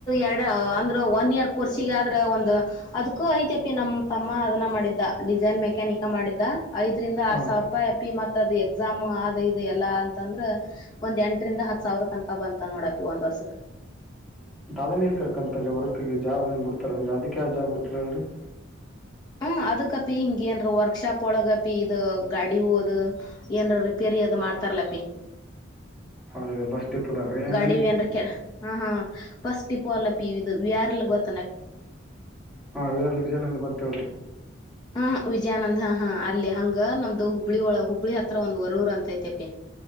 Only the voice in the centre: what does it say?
ಹಾಂ
ಅದುನೆಲ್ಲಿ ಕರ್ಕಂತ ವರ್ಕ ಜಾಬ್ ಏನ್ ಬಿಡ್ತಾರಲ್ರರಿ ಅದಕ್ಕೆ ಯಾವ ಜಾಬ್ ಬಿಡ್ತಾರಲ್ರರಿ <inaudible>
ಹೌ ಬಸ್ ಡಿಪೋದಾಗ ರೀ ಏನು
ಎಲ್ಲಿ
ಹಾ ಇರಲ್ಲಿ ವಿಜಯಾನಂದ ಗೊತ್ತ್ರ